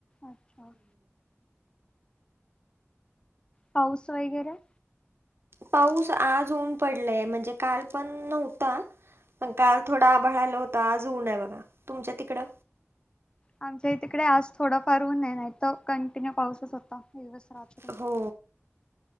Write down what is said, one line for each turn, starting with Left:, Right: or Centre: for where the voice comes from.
Left: अच्छा पाऊस वगैरे
Right: पाऊस आज ऊन पडलय. म्हणजे काल पण नव्हता. पण काल थोडा आभाळ आल होत. आज ऊन ये बघा. तुमच्या तिकडं
Left: आमच्या ही तिकडे आज थोडा फार ऊन ये. नायत कंटिन्यू पाऊसच होता. दिवस रात्र
Right: हो.